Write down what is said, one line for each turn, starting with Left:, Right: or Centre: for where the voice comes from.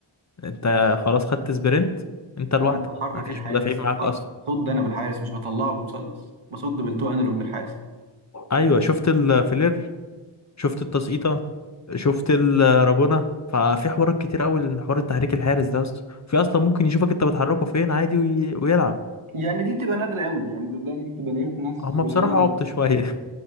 Left: انت خلاص خدت سبرنت انت لوحدك
Right: لا انا بحرك
Left: ما فيش
Right: الحارس
Left: مدافعين معاك
Right: بحرك
Left: اصلا
Right: صد انا بالحارس مش بطلعه بالمثلث بصد بالتو انالوج بالحارس
Left: ايوه شفت الفلير شفت التسقيطه شفت الرابونة ففي حوارات كتير قوي حوار التحريك الحارس ده اصلا في اصلا ممكن يشوفك انت بتحركه فين عادي وي... ويلعب
Right: يعني دي بتبقى نادرة قوي يعني صدقني دي بتبقى لاقيها في ناس
Left: هما
Right: قليلة
Left: بصراحة
Right: جدا
Left: عبط شوية